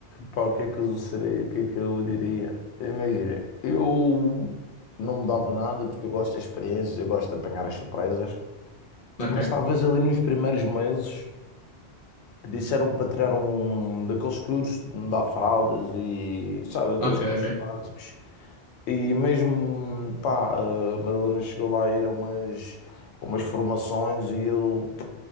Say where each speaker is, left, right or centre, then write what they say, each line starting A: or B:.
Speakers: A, on the left (about 85°); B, on the left (about 55°).
A: pá, o que é que eu seria, o que é que eu diria? Imagina, eu não mudava nada porque eu gosto de experiências, eu gosto de apanhar as surpresas,
B: Ok,
A: mas talvez ali nos primeiros meses. Disseram-me para tirar um daqueles cursos de mudar fraldas e, sabe, daqueles
B: ok,
A: cursos
B: ok.
A: básicos. E mesmo, pá, a Madalena chegou lá a ir a umas, a umas formações e eu,